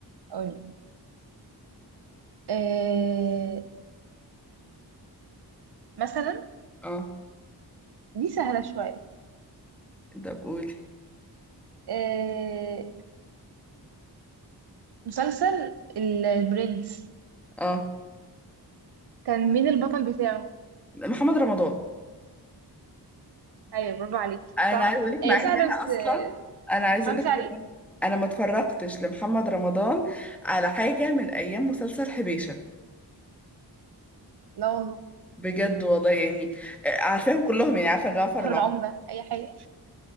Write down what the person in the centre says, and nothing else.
اه
ده بقولي
اه
محمد رمضان
انا
عايز اقول لك
مع
ان انا
اصلا
انا عايز
اقول لك
ان انا ما اتفرجتش لمحمد رمضان على حاجه من ايام مسلسل حبيشه
بجد والله يعني عارفاهم كلهم يعني عارفه جعفر العمدة